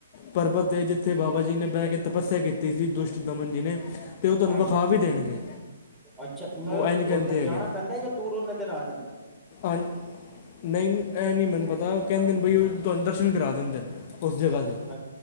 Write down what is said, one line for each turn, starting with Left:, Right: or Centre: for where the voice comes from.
Left: ਪਰਬਤ ਹੈ ਜਿੱਥੇ ਬਾਬਾ ਜੀ ਨੇ ਬਹਿ ਕੇ ਤਪੱਸਿਆ ਕੀਤੀ ਸੀ ਦੁਸ਼ਟ ਦਮਨ ਜੀ ਨੇ ਅਤੇ ਉਹ ਤੁਹਾਨੂੰ
Centre: ਹਾਂਜੀ
Left: ਵਿਖਾਅ ਵੀ ਦੇਣਗੇ
Centre: ਅੱਛਾ ਮਤਲਬ
Left: ਉਹ ਇੰਜ ਕਰਦੇ
Centre: ਉੱਧਰ
Left: ਹੈਗੇ
Centre: ਜਾਣਾ ਪੈਂਦਾ ਜਾਂ ਦੂਰ ਨਜ਼ਰ ਆ ਜਾਂਦਾ
Left: ਔਨ ਨਹੀਂ ਇਹ ਨਹੀਂ ਮੈਨੂੰ ਪਤਾ ਕਹਿੰਦੇ ਬਾਈ ਉਹ ਤੁਹਾਨੂੰ ਦਰਸ਼ਨ ਕਰਾ ਦਿੰਦੇ ਨੇ ਉਸ ਜਗ੍ਹਾ ਦੇ
Centre: ਅ